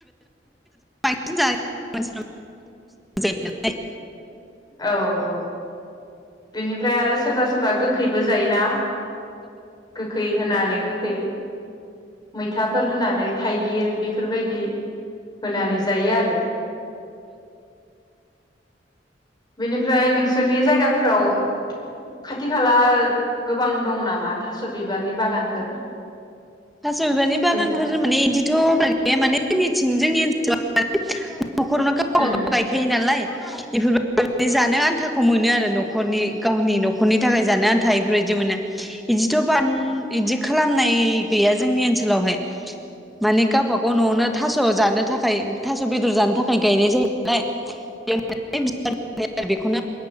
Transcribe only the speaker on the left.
औ औ बेनिफ्राय आरो सोरबा-सोरबा गोखैबो जायोना। गोखै होनानै गोखै मैथाफोर होनानै थाइगिर बेफोरबायदि होनानै जायो आरो बिनिफ फ्राय नोंसोरनि जायगा फोराव खाथि खाला गोबां दं नामा थास' बिबारनि बागानफोर।
बेफोर
उम